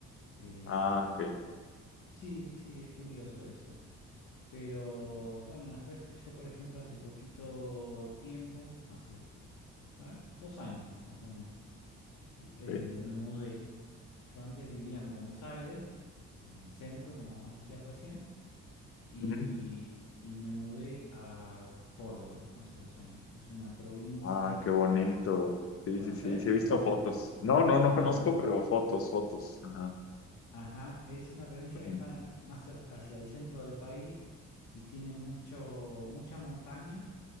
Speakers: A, on the left; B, on the left.
A: Eh,
B: Ah, ok.
A: sí, sí, es curioso eso. Pero bueno, después yo, por ejemplo, hace poquito tiempo, hace, a ver, dos años más o menos eh,
B: ok.
A: me mudé. Yo antes vivía en Buenos Aires, o sea, en el centro, como vos decías recién, y,
B: Ujú.
A: y me mudé a Córdoba hace dos años, que es una provincia
B: Ah, qué
A: que
B: bonito.
A: está...
B: Sí,
A: ¿Conoces?
B: sí, sí, sí, he visto fotos. No, no, no
A: Ah,
B: conozco,
A: mira.
B: pero fotos, fotos. Ajá.
A: Ajá, es una provincia
B: ujú,
A: que está más hacia hacia el centro del país y tiene mucho, mucha montaña